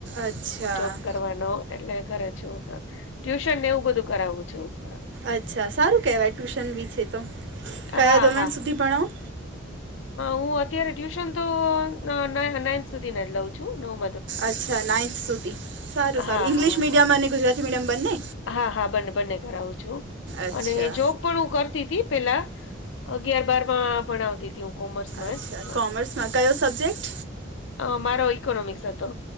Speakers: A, on the right; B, on the left.
A: અચ્છા
B: જોબ કરવાનો. એટલે ઘરે છું હ ટ્યુશન ને એવું બધું કરાવું છું હ.
A: અચ્છા, સારું કહેવાય ટ્યુશન બી છે તો
B: હા
A: કયા ધોરણ
B: હા
A: સુધી ભણાવો?
B: હું અત્યારે ટ્યુશનતો નાઈન્થ સુધીને જ લઉં છું નવ
A: અચ્છા, નાઈન્થ સુધી સારું સારું
B: હા
A: ઈંગ્લિશ
B: હા
A: મીડિયમ
B: હા
A: અને ગુજરાતી મીડિયમ બંન્ને?
B: હા હા, બંને બંને કરાવું છું
A: અચ્છા
B: અને જો પણ હું કરતી હતી પેલા અગિયાર બારમાં ભણાવતી હતી હું. કોમર્સમાં
A: અચ્છા,
B: જ હા
A: કોમર્સમાં કયો સબ્જેક્ટ?
B: અ મારો ઈકોનોમિક્સ હતો.